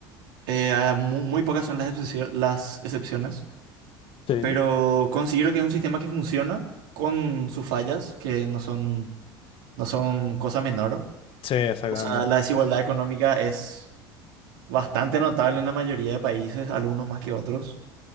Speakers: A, on the right; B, on the left.
A: Eh, ah, mu- muy, pocas son las excepcio- las excepciones,
B: sí.
A: pero considero que es un sistema que funciona con sus fallas, que no son... no son cosas menores,
B: Sí, exactamente.
A: O sea, la desigualdad económica es bastante notable en la mayoría de países, algunos más que otros.